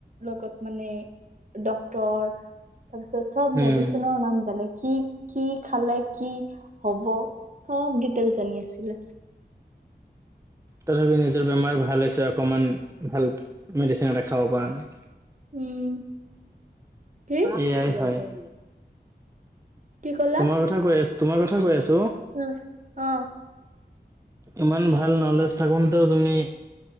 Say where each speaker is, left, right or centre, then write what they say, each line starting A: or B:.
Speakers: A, on the right (about 45°); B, on the right (about 15°).
A: লগত মানে ডক্টৰ তাৰপিছত চব
B: উম
A: মেডিচিনৰ নাম জানে। কি কি খালে কি হব চব ডিটেইল জানিছিলে।
B: তথাপি নিজৰ বেমাৰ ভাল হৈছে অকমান ভাল মেডিচিন এটা খাব পৰা নাই।
A: উম কি
B: এয়াই হয়। <inaudible>
A: কি ক'লা
B: তোমাৰ কথা কৈ আছো তোমাৰ কথা ক আছ
A: উম অহ।
B: ইমান ভাল নলেজ থাকোতে তুমি